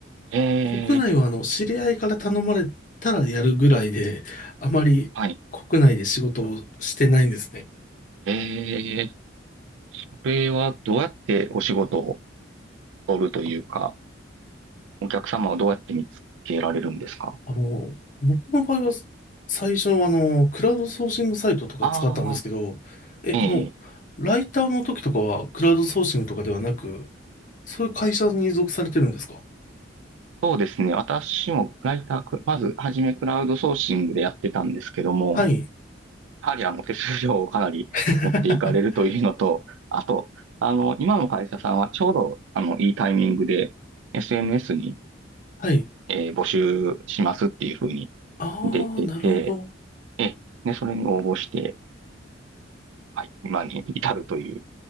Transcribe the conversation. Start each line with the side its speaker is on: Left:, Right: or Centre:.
Right: え
Left: 国内はあの、
Right: ー、
Left: 知り合いから頼まれたらやるぐらいで、あまり国内で仕事をしてないんですね。
Right: はい、えー、これはどうやってお仕事を取るというか、お客様をどうやって見つけられるんですか
Left: あの、僕の場合は最初はあの、クラウドソーシングサイトとか使ったんですけど、
Right: ああ
Left: え、
Right: ええ、
Left: あの、ライターの時とかはクラウドソーシングとかではなく、そういう会社に属されてるんですか
Right: そうですね。私もライター、くまずはじめクラウドソーシングでやってたんですけども、
Left: はい。
Right: やはりあの手数料をかなり持っていかれるというのと、
Left: <laughs>
Right: あと、あの、今の会社さんはちょうどあの、いいタイミングで SNS に、
Left: はい。
Right: えー募集しますっていうふうに
Left: ああ、
Right: 出てて、
Left: なるほど。
Right: え、で、それに応募して、はい、今に至るという